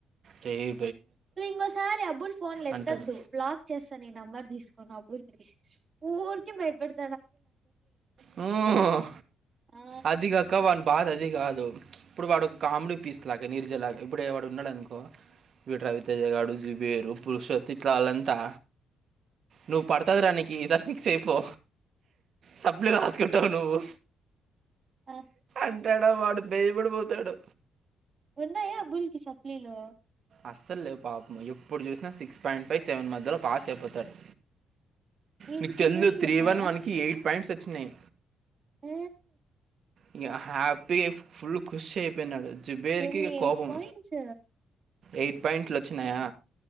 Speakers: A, on the right (about 55°); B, on the right (about 35°).
A: రేయ్
B: నువ్వు ఇంకోసారి అబుల్ ఫోన్లు ఎత్తొద్దు
A: అంటాడు
B: బ్లాక్ చేస్తా నీ నంబర్ తీసుకోను అబుల్ ఊరికే భయపెడ్
A: మ్
B: ఆ
A: అదిికాక వని బాధ అది కాదు అ ఇప్పుడు వాడు ఒక కాముడి పీస్ లాగా నీరుజలాగా ఇప్పుడ వాడు ఉన్నాడనుకో వీడు రవితేజ గాడు జిపియరు పురుషోత్తి ఇట్ల వాళ్ళంతా నువ్వు పడుతది రానికి ఈసారి ఫిక్స్ అయిపో సప్లే రాాసుకుంటావు నువ్వు
B: ఆ
A: అంటాడా వాడు బేయబడిపోతాడు
B: ఉండాయ ఆ బూల్కి సప్లీలు
A: అస్సల్ లేవు పాపము ఎప్పుడు చూసినా సిక్స్ పాయింట్ ఫైవ్ సెవెన్ మధ్యలో పాస్ అయిపోతాడు
B: వీటి
A: నీకు
B: జుబెట్కి
A: తెలుదు త్రీ
B: ఉన్నాయా
A: వన్ వన్కి ఎయిట్ పాయింట్స్ వచ్చినాయి
B: మ్
A: ఇగ హ్యాపీ ఫుల్ ఖుషి అయిపోయినడు చిబేరికి
B: ఎన్ని
A: కోపం
B: ఎయిట్ పాయింట్స్
A: ఎయిట్ పాయింట్లు వచ్చినాయా